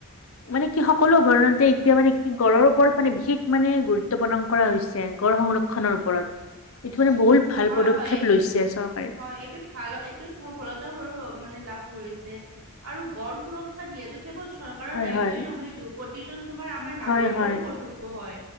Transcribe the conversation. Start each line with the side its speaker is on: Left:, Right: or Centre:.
Left: মানে কি সকলো উদৰণতে এতিয়া মানে কি গড়ৰ ওপৰত মানে বিশেষ মানে গুৰুত্ব প্ৰদান কৰা হৈছে। গড় সংৰক্ষণৰ ওপৰত মানে বহুত ভাল
Right: হয়
Left: পদক্ষেপ
Right: হয় এইটোত
Left: লৈছে চৰকাৰে
Right: হয় এইটোত ভাল এইটো সফলতা মানে লাভ কৰিছে আৰু গড় সুৰক্ষা দিয়াটো কেৱল চৰকাৰৰ
Left: হয়
Right: দায়িত্বই
Left: হয়
Right: নহয়তো, প্ৰতিজন তোমাৰ আমাৰ নাগৰিকৰো
Left: হয় হয়
Right: কৰ্তব্য হয়।